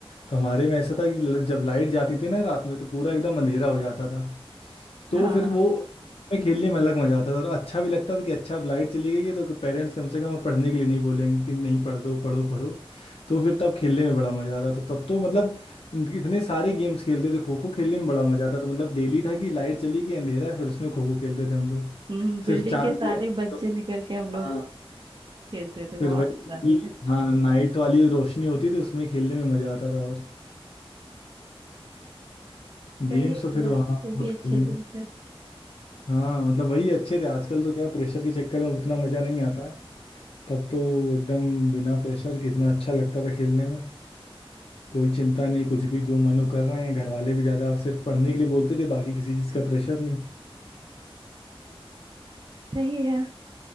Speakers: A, on the left; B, on the right.
A: तो हमारे में ऐसा था कि ल- जब लाइट जाती थी ना रात में तो पूरा एकदम अंधेरा हो जाता था तो
B: हाँ
A: फिर वो में खेलने में अलग मजा आता था और अच्छा भी लगता था कि अच्छा अब लाइट चली गई है तो पेरेंट्स कम से कम अब पढ़ने के लिए नहीं बोलेंगे कि नहीं पढ़ दो पढ़ो पढ़ो तो फिर तब खेलने में बड़ा मजा आता था तब तो मतलब मतलब इतने सारे गेम्स खेलते थे खो खो खेलने में बड़ा मजा आता था मतलब डेली था कि लाइट चली गई अंधेरा है फिर उसमें खो खो खेलते थे हम लोग
B: हम्म बिल्डिंग
A: सिर्फ चांद
B: के सारे
A: की रोशनी
B: बच्चे
A: तो
B: निकल के हम लोग
A: हाँ
B: खेलते थे
A: फिर
B: बहुत
A: वही
B: ज्यादा
A: पूरी,
B: था
A: हाँ नाइट वाली रोशनी होती थी उसमें खेलने में मजा आता था और
B: सही
A: गेम्स
B: है
A: तो फिर
B: यार
A: वहाँ
B: वो
A: बहुत
B: भी अच्छे
A: खेले हैं
B: दिन थे
A: हाँ मतलब वही अच्छे थे आजकल तो क्या प्रेशर के चक्कर में उतना मजा नहीं आता है तब तो एकदम बिना प्रेशर कितना अच्छा लगता था खेलने में कोई चिंता नहीं कुछ भी जो मनो कर रहे हैं घर वाले भी ज्यादा सिर्फ पढ़ने के लिए बोलते थे बाकी किसी चीज का प्रेशर नहीं
B: सही है